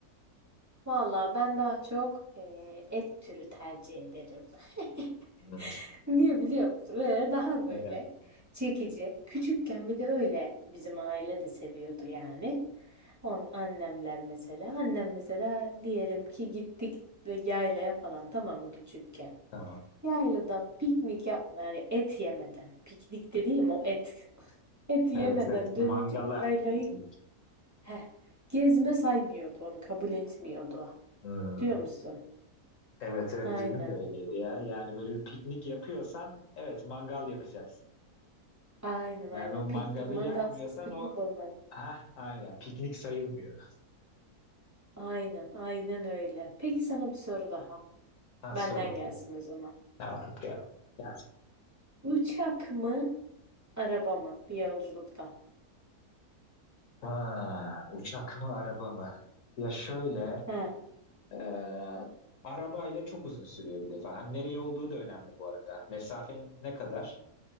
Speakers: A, on the right (about 15°); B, on the left (about 60°).
A: Valla ben daha çok eee, et türü tercih ederim. <laughs>
B: Hmm,
A: Niye biliyor musun? Böyle daha
B: Neden?
A: böyle çekici. Küçükken bir de öyle bizim aile de seviyordu yani. On, annemler mesela. Annem mesela diyelim ki gittik ve yaylaya falan tamam mı küçükken.
B: Tamam.
A: Yaylada piknik yapma yani et yemeden. Piknik dediğim o et. Et yemeden
B: Evet evet. Mangala
A: dönünce o yaylayı
B: gitmek.
A: Heh. Gezme saymıyordu onu kabul etmiyordu.
B: Hmm,
A: Biliyor musun?
B: Evet evet
A: Aynen.
B: bizim de öyleydi ya. Yani böyle bir piknik yapıyorsan evet mangal yakacaksın.
A: Aynen
B: Yani
A: aynen.
B: o mangalı
A: Piknik mangalsız
B: yakmıyorsan
A: piknik
B: o
A: olmaz.
B: ha aynen piknik sayılmıyor.
A: Aynen aynen öyle. Peki sana bir soru daha.
B: Ha
A: Benden
B: sor bakayım.
A: gelsin o zaman.
B: Tamam. Ya, ya.
A: Uçak mı araba mı bir yolculukta?
B: Ha, uçak mı araba mı? Ya şöyle
A: He.
B: Ee, arabayla çok uzun sürüyor bir defa. Hani nereye olduğu da önemli bu arada. Mesafen ne kadar?